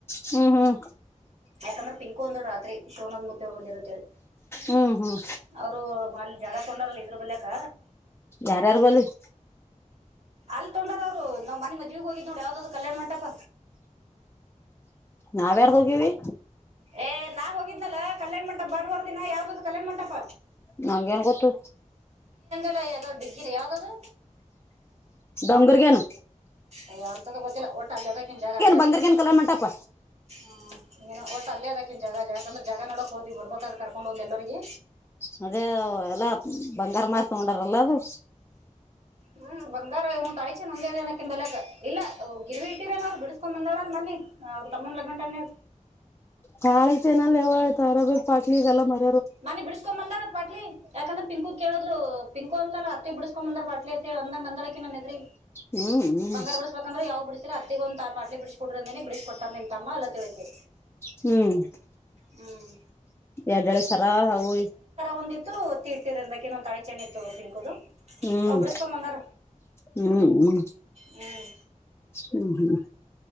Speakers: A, on the left; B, on the right.
A: ಹ್ಮ್ ಹ್ಮ್
B: ಯಾಕಂದ್ರೆ ಪಿಂಕು ಅಂದ್ ರಾತ್ರಿ ಶಿವನ ಒಂದ್ ಮುತ್ತವರ್ ಬಂದಿರತ್ತೇಳಿ
A: ಹ್ಮ್ ಹ್ಮ್
B: ಅವರು ಅಲ್ಲಿ ಜಾಗ ತಗೊಂಡಾರಲ್ಲ ಇದ್ರ ಬಲೆಕ
A: ಯಾರ್ಯಾರ್ ಬಲ್ಲಿ
B: ಅಲ್ ತೊಂಡಾರ ಅವ್ರು ನಾವ್ ಮನೆ ಮದ್ವಿಗ್ ಹೋಗಿದ್ದ್ ನೋಡ ಯಾವ್ದಾದ್ರು ಕಲ್ಯಾಣ್ ಮಂಟಪ
A: ನಾವ ಯಾರ್ ಹೋಗಿವವಿ
B: ಏ ನಾ ಹೋಗಿದ್ನಲ್ಲ ಕಲ್ಯಾಣ ಮಂಟಪ ಬಂದುವರ್ದಿನ ಯಾದೂ ಕಲ್ಯಾಣ ಮಟಪ
A: ನಂಗೇನ್ ಗೊತ್ತು
B: ಯದು ಡಗ್ಗರದದು
A: ಾಂಗರಗೆನು
B: ಅಯ ಅಂತ ಗೊತ್ತಿಲ್ಲ ಓಟ ಅಲ್ಲದಕನ್ ಜಾಗ ಅಲ್ಲೇದ
A: ಬಂಗರ್ಗೇನ್ ಕಲ್ಯಾಣ ಮಂಟಪ
B: ಹ್ ಏನು ಓಟ್ ಅ ಅದಕಿ ಜಾಗ ಯಾಕಂದ್ರೆ ಜಾಗ ನೋಡೋಕ್ ಹೋದಿ ಬರ್ಬೇಕ ಅ ಕರ್ಕೊಂಡು ಒಂದು ಎಲ್ಲರಿಗೆ
A: ಮದೇ ಎಲ್ಲಾ ಬಂಗಾರ ಮ ತಗೊಂಡ್ರಲ್ಲದು
B: ಹ್ಮ್ ಬಂಗಾರ ಹ್ ತಳಿಚೆ ನಂದೇದೇನಕಿ ಬಲಕ್ ಇಲ್ಲ ಗಿರಿಿ ಇಟ್ಟಿರೇನೋರು ಬಿಡಿಸಸ್ಕೊ ಬಂದಾಳ ಮನ್ನಿ ತಮ್ಮ ಲಗ್ನ ಟ
A: ತಾಳ ಚೆ ನಲ್ಲ ಯವ ಆ್ತ ಅರ ಬ ಪಾಟ್ಲಿ ಎಲ್ಲ ಮಾಡ
B: ಮನೆ ಬಿಡಿಸಸ್ಕೊ ಬಂದಾರ ಪಾಟ್ಲಿ ಯಾಕಂದ್ರ ಪಿಂಕು ಕೇಳದ್ಲು ಪಿಂಕು ಅಂದ ಅಲ್ಲ ಅತ್ತಿ ಬಿಡಸ್ಕೊ ಬಂದಾರ ಪಾಟ್ಲಿ ಅ ಅಂದಂಗಂದಳಕಿ ನ ಹೆದ್ರಿ
A: ಹ್ಮ್ ಹ್ಮ್
B: ಬಂಗಾರ ಬಿಡಸ್ಬೇಕಂದ್ರೆ ಯಾವ್ ಬಿಡ ಅತ್ತಗ ಒಂದು ತಾಟ್ಲಿ ಬಿಡಿಸಿ ಕೊಟ್ರಂದೇನೆ ಬಿಸಕ ಕೊಟ್ಟ ನಿಂತ ತಮ್ಮ ಅಲ್ಲ ತಿಳಕಿ
A: ಹ್ಮ್
B: ಹ್ಮ್
A: ಎರ್್ದಡೆ ಸರ ಹವು
B: ಒಂದಿತ್ತು ಒತ್ತಿ ಇಟ್ಟಿರಂದ್ರಕ್ಕೆ ನಮ್ಮ ತಳಿ ಚೆ ಎ ತಗಿನ್ಕುದು
A: ಹ್ಮ್
B: ಹ ಬಿಡಿಸಕೊಂಬಂದಾರ
A: ಹ್ಮ್ ಹ್ಮ್
B: ಹ್ಮ್
A: ಹ್ಮ್ ಹ್ಮ್